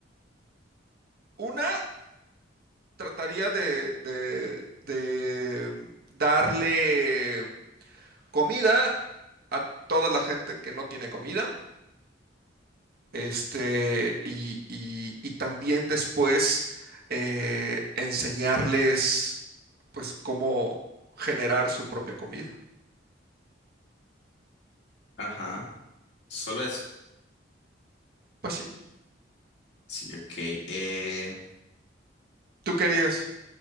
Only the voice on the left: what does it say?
ajá, solo eso.
Sí, ok. eh,